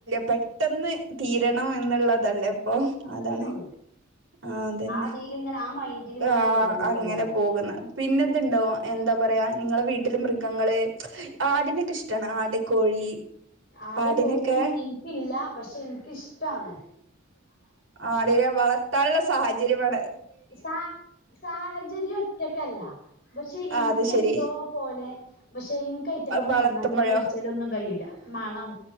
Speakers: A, on the right; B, on the left.
A: പെട്ടെന്ന് തീരണം എന്നുള്ളത് അല്ല അപ്പം
B: അത്രന്നെ
A: അതാണ്
B: ഉള്ളൂ
A: ആ അതന്നെ
B: ഇതിലിങ്ങനെ ആ മൈൻഡിലിങ്ങനെ
A: ആ
B: പോകാണ് ഇപ്പ
A: അങ്ങനെ
B: എല്ലാരും
A: പോകുന്ന പിന്നെതുണ്ടോ എന്താ എന്താ പറയാ നിങ്ങളെ വീട്ടിലെ മൃഗങ്ങള് ആടിനൊക്കെ ഇഷ്ടമാണ് ആട്, കോഴി
B: ആടും
A: ആടിനൊക്കെ
B: കോഴൊന്നും എനിക്കില്ല പക്ഷെ എനിക്കിഷ്ടമാണ്
A: ആടിനെ വളർത്താനുള്ള സാഹചര്യമാണ്
B: സ സാഹചര്യം ഒറ്റക്കല്ല പക്ഷെ എനിക്കെന്തോ
A: ആഹ് അത് ശരി
B: പോലെ ക്ഷ പക്ഷെ എനിക്കയറ്റങ്ങളെ
A: വളർത്തുമ്പോഴോ
B: നന്നാക്കലും പുടിച്ചാലും ഒന്നും കഴിയൂല്ല മണം